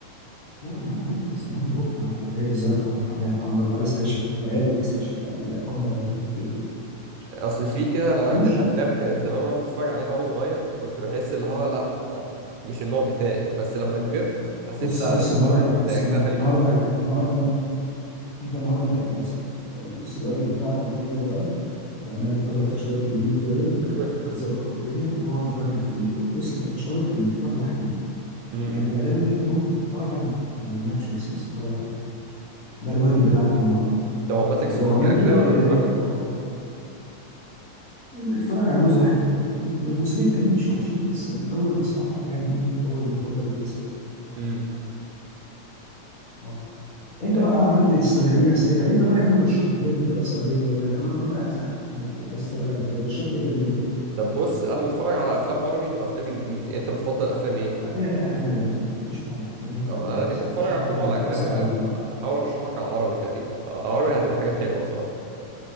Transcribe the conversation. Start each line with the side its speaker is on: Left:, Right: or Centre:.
Left: لا يا عم ماتريكس يا عم اللي هو بتاع الحباية الزرقاء والحباية الحمراء اللي عايز تعيش في الخيال واللي عايز تعيش في الحقيقة الفيلم ده اللي انت تفتكره
Right: اصل في كده نوعيه
Left: بوش
Right: من الافلام كانت زمان وانا بتفرج عليها وانا صغير كنت بحس اللي هو لا ما مش النوع بتاعي بس لما كبرت حسيت
Left: بص
Right: لا
Left: بص
Right: لازم اتفرج
Left: النهاردة
Right: عليه
Left: بص
Right: زي اجزاء
Left: النا-
Right: هاري
Left: النهاردة
Right: بوتر هاري بوتر
Left: النهاردة انت النهاردة انت اجازة بقى أنت بص الواجب بتاعك انه اجازة بقى تعمل لك طبق فشار كبير كده
Right: <laughs>
Left: وتظبط الدنيا وتقعد تتفرج على الفيلمين دول بص م- مش هقول لك فيلمين تتفرج على واحد منهم
Right: امم
Left: يعني غالبا كده ممكن تتفرج على ماتريكس مثلا تتفرج عليه ده الواجب بتاعك النهارده بقى
Right: طب هو ماتت
Left: لو
Right: في
Left: عملته
Right: اجزاء ولا
Left: اه
Right: جزء واحد
Left: آه، اتفرج على جزء واحد كفايه الجزئين التانيين مش وحشين بس الاول بصراحه يعني ايه هو المفضل بالنسبه لي
Right: امم
Left: اه انت
Right: ماشي.
Left: بقى عملت استغلين اسئله انت بقى يا عم رشح لي فيلم كده اسهر عليه النهارده يعني انا النهارده قاعد زهقان موت كده عايز اتفرج على حاجه رشح لي فيلم كده
Right: طب بص انا بتفرج على افلام عربي وافلام انجليزي انت بتفضل افلام ايه
Left: لا خلينا اجنبي اجنبي انا ماليش في العربي خلينا في
Right: طب
Left: الاجنبي
Right: أنا...
Left: احسن
Right: انت بتتفرج
Left: رشح
Right: على كله
Left: لي فيلم
Right: على اجنبي
Left: كده اسهر عليه النهارده
Right: احاول ارشح لك على عربي تقريبا أه، عربي هتبقى حاجات حلوه الصراحه